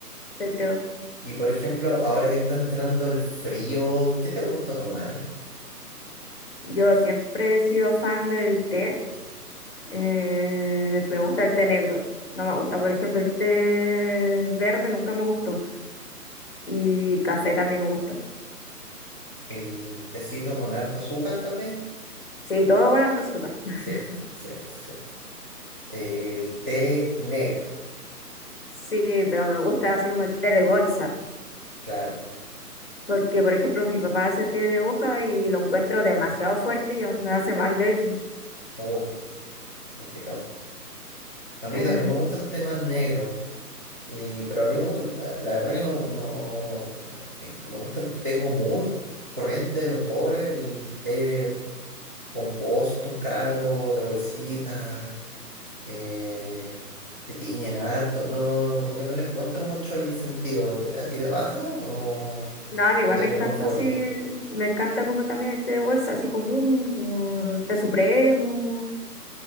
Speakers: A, on the left; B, in the centre.
A: te creo.
B: Y por ejemplo, ahora que está entrando el frío, ¿qué te gusta tomar?
A: Yo siempre he sido fan del té, eh, pero me gusta el té negro. No me gusta, por ejemplo, el té verde nunca me gustó. Y café también me gusta.
B: ¿El tecito con harto azúcar también?
A: Sí, todo con harto azúcar. <laughs>
B: Cierto, cierto, cierto. El té negro,
A: Sí, pero me gusta así como el té de bolsa.
B: claro.
A: Porque, por ejemplo, mi papá hace té de hoja y lo encuentro demasiado fuerte y ya me hace mal, de hecho.
B: Oh, qué complicado. A mí
A: Eh,
B: también me gusta el té más negro, y, pero a mí me gusta, el- la la verdad que no, no, eh, me gusta el té común, corriente de los pobres, el té pomposos estos caros, de bolsitas, eh, que tiñen harto. No, como que no le encuentro mucho el sentido. ¿Te- ¿A ti te pasa o,
A: No, a mí igual
B: o tenías
A: me encanta
B: alguno favorito?
A: así, me encanta como también el té de bolsa, así común, como té supremo,